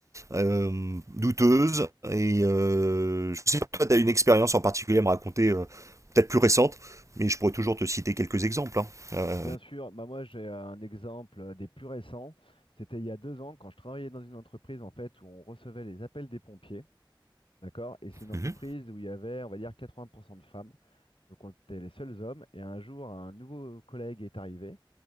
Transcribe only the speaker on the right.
euh, douteuse. Et euh, je sais pas, toi, t'as une expérience en particulier à me raconter, euh, peut-être plus récente, mais je pourrais toujours te citer quelques exemples. hein. Euh,
Mhm,